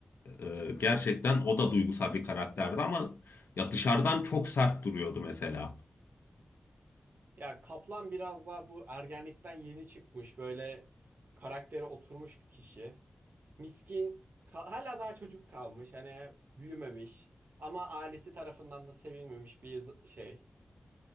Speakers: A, on the left; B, on the right.
A: Ee, gerçekten o da duygusal bir karakterdi ama ya dışarıdan çok sert duruyordu mesela.
B: Ya Kaplan biraz daha bu ergenlikten yeni çıkmış böyle karaktere oturmuş kişi. Miskin ka- hala daha çocuk kalmış hani büyümemiş ama ailesi tarafından da sevilmemiş bir z- şey